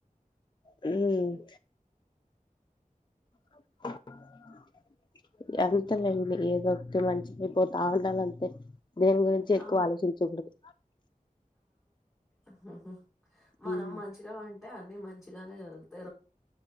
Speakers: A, on the left (about 30°); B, in the centre.
A: హ్మ్ <unintelligible> తె మెండ్లి
B: హ్మ్.
A: ఏదొ ఒక మంచి పోతా ఉండల్లంతే దేని గురించి ఎక్కువ
B: ఆ!
A: ఆలోచించకూడదు
B: ఆహా మనం
A: ఉమ్,
B: మంచిగా వంట అంటే అన్నిీ మంచిగానే జరుగుతుంది